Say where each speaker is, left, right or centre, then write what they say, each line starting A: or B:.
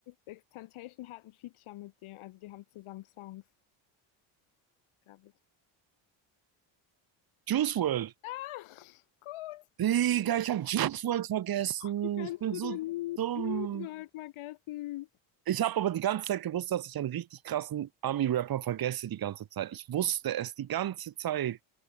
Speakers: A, on the left; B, on the right.
A: x hat ein Feature mit dem, also die haben zusammen Songs, glaube ich.
B: Juice WRLD!
A: Ah, gut.
B: Digga, ich habe Juice World vergessen.
A: wie kannst
B: Ich bin
A: du
B: so
A: den
B: dumm.
A: Juice WRLD vergessen?
B: Ich habe aber die ganze Zeit gewusst, dass ich einen richtig krassen Ami-Rapper vergesse die ganze Zeit. Ich wusste es die ganze Zeit.